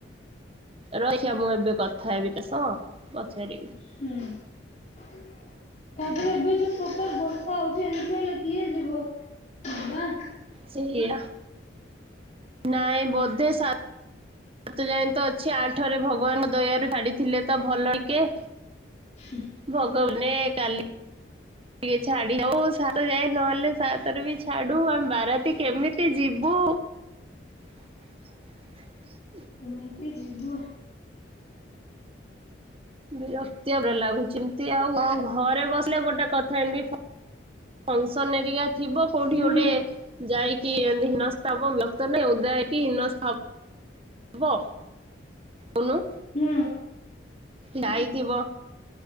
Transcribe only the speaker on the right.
ରଇସିଆ ମୁଁ ଏବେ କଥା ହେବି ତାସଅ ପଚାରିବି
ସେଇଆ ନାଇଁ ବୋଧେ ସା ସାତ ଯାଏଁ ତ ଅଛି ଆଠ ରେ ଭଗବାନଙ୍କ ଦୟାରୁ ଛାଡିଥିଲେ ତ ଭଲ ଇ କେ
ଭଗବାନେ କାଲି ଟିକେ ଛାଡି ହଉ ସାତ ଯାଏ ନହେଲେ ସାତରେ ବି ଛାଡୁ ଆମେ ବାରାଆ ଟି କେମିତି ଯିବୁ। <inaudible>
ବିରକ୍ତି ଆ ଲାଗୁଛି ଏମିତି ଆଉ ଘରେ ବସିଲେ ଗୋଟେ କଥା ଏମିତି ଫଙ୍କସନ ହେରିକା ଥିବ କୋଉଠି
ଗୋଟେ ଯାଇକି ଏମିତି ହିନସ୍ଥା ହବ। ନକଲେ ଓଦା ହେଇକି ହୀନସ୍ଥା ହ ବ କୋହୁନ
ଯାଇଥିବ